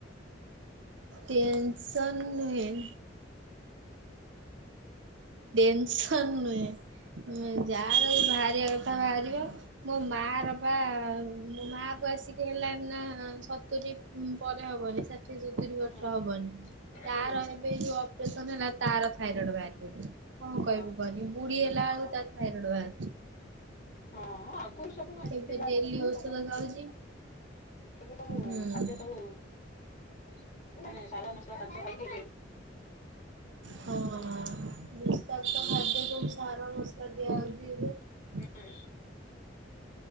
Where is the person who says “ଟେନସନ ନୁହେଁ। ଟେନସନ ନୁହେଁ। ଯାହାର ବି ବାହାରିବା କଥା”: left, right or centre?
Right